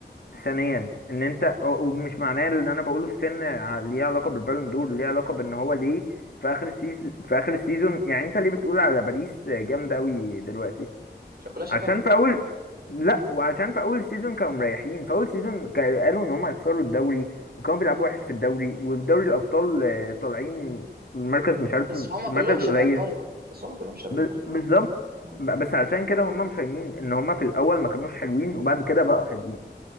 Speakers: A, on the left; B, on the right.
A: ثانيا ان انت و- ومش معناه ان انا بقوله استنى ع- ليه علاقه بالبالون دور ليه علاقه بان هو ليه في اخر السيزون في اخر السيزون يعني انت ليه بتقول على باريس جامده قوي دلوقتي
B: عشان كلها شباب
A: عشان في اول لا وعشان في اول سيزون كانوا مريحين في اول سيزون كا- قالوا ان هم هيخسروا الدوري وكانوا بيلعبوا وحش في الدوري وفي دوري الابطال آه، طالعين المركز مش عارف
B: بس هما
A: المركز
B: كلهم شباب
A: قليل
B: برضه بس هما كلهم شباب
A: ب-
B: برضه
A: بالظبط
B: آه. آه.
A: ب- بس علشان كده هم مشينين ان هم في الاول ما كانوش حلوين وبعد كده بقوا حلوين